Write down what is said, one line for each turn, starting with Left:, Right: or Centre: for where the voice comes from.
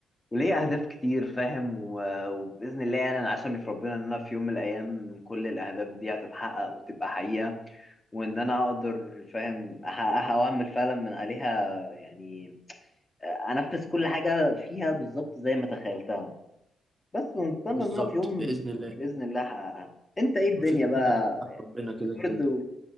Left: وليا اهداف كتير فاهم و- وباذن الله يعني انا عشمي في ربنا ان انا في يوم من الايام كل الاهداف دي هتتحقق وتبقى حقيقه وان انا اقدر فاهم احققها واعمل فعلا من عليها يعني انفذ كل حاجه فيها بالظبط زي ما تخيلتها بس ونتمنى
Right: بالظبط
Left: ان انا في يوم
Right: بإذن الله
Left: باذن الله هحققها انت ايه
Right: مفيش
Left: الدنيا بقى
Right: حاجة بعيدة عن
Left: يعني
Right: ربنا كده
Left: ايه برضه
Right: كده